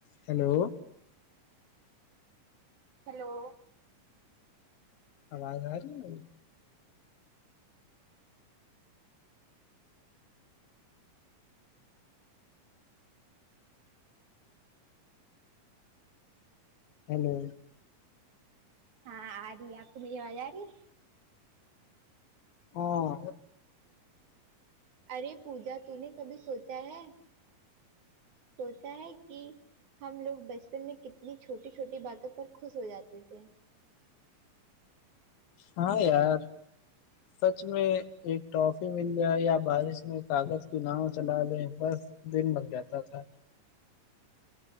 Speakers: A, on the left; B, on the right.
A: hello
B: hello
A: آواز آرہی ہے میری ہیلو
B: ہاں آرہی ہے آپ کو میری آواز آرہی ہے
A: ہاں
B: ارے پوجا تو نے کبھی سوچا ہے سوچا ہے کی ہم لوگ بچپن میں کتنی چھوٹی چھوٹی باتوں پر خوش ہوجاتے تھے
A: ہاں یار سچ میں ایک ٹافی مل جائے یا بارش میں کاغذ کی ناؤ چلا لیں بس دن بن جاتا تھا